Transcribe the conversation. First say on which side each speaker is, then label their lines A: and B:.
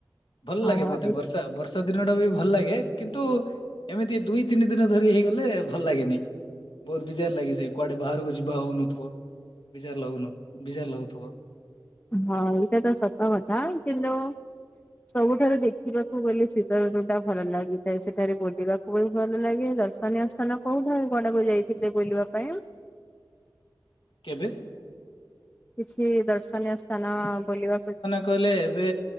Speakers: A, on the left; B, on the left.
A: ଭଲ୍
B: ହଁ
A: ଲାଗେ ମତେ ବର୍ଷା ଆଉ ବର୍ଷା ଦିନ ଟା ବି ଭଲ ଲାଗେ କିନ୍ତୁ ଏମିତି ଦୁଇ ତିନି ଦିନ ଧରି ହେଇଗଲେ ଭଲ ଲାଗେନି। ବହୁତ ବିଜାର ଲାଗିଚି କୁଆଡେ ବାହାରକୁ ଯିବା ହଉନିଥିବ ବିଜାର ଲାଗୁନ ବିଜାର ଲାଗୁଥିବ।
B: ହଁ ଏଇଟା ତ ସତ କଥା। କିନ୍ତୁ ସବୁଠାରୁ ଦେଖିବାକୁ ଗଲେ ଶୀତ ଋତୁ ଟା ଭଲ ଲାଗିଥାଏ। ସେଠାରେ ବୁଲିବାକ ବହୁତ୍ ଭଲ ଲାଗେ। ଦର୍ଶନୀୟ ସ୍ଥାନ କୋଉ କୋଉ କଡକୁ ଯାଇଥିଲେ ବୁଲିବା ପାଇଁ?
A: କେବେ?
B: କିଛି ଦର୍ଶନୀୟ ସ୍ଥାନ ବୁଲିବାକୁ
A: କଅଲେ ଏବେ